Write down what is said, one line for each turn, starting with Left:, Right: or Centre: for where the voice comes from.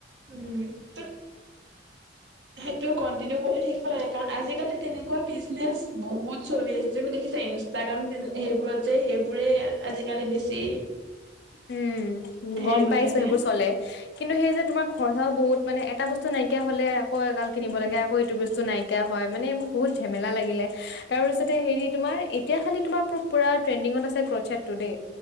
Right: উম' ত সেইটো কন্টিনিউ কৰি থাকিব লাগে। কাৰণ আজিকালি তেনেকুৱা বিজনেচ বহুত চলি আছে। তুমি দেখিছা, ইনষ্টাগ্ৰাম সেইবোৰত যে সেইবোৰে আজিকালি বেছি
Left: উম'
Right: হেৰি
Left: গ'ম
Right: হৈ
Left: পাইছোঁ
Right: থাকে
Left: সেইবোৰ চলে। কিন্তু সেই যে তোমাৰ খৰচাওঁ বহুত মানে এটা বস্তু নাইকিয়া হ'লে আকৌ এগাল কিনিব
Right: উম
Left: লাগে, আকৌ এইটো বস্তু নাই নাইকিয়া হয়, মানে এইবোৰ বহুত ঝেমেলা লাগিলে। তাৰপিছতে হেৰি তোমাৰ এতিয়া খালি তোমাৰ পুৰা ট্ৰেণ্ডিঙত আছে ক্ৰছেটটো দেই।